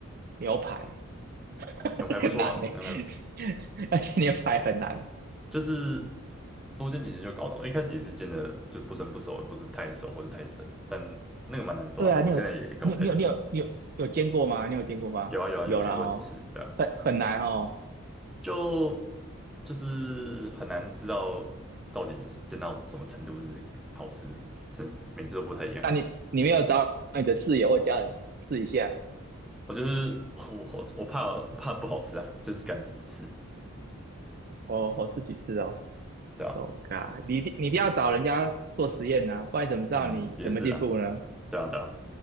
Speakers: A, on the right; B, in the centre.
A: 牛排，
B: 哦，
A: <laughs>
B: 牛排不错啊，
A: 很难呢、
B: 牛排
A: <laughs> 而且牛排很难。
B: 就是多煎几次就搞懂，一开始也是煎的就不生不熟，或是太熟或是太生，但那个蛮难抓的，
A: 对啊，
B: 我现在也搞不太懂。
A: 你有你有你有你有你有有煎过吗？你有煎过吗？
B: 有啊有啊有见过几次，
A: 有了哦，
B: 对啊，
A: 很很难哦。
B: 就就是很难知道到底是煎到什么程度是好吃的，<laughs> 这每次都不太一样。
A: 那你你没有找你的室友或家人试一下？
B: 我就是我我我怕我怕不好吃啊，就是敢自己吃，
A: 哦，我自己试哦。
B: 对啊，
A: Oh God，你一定你一定要找人家做实验呐、啊不然怎么知道你怎么进步呢？
B: 嗯，也是啦，对啊对啊，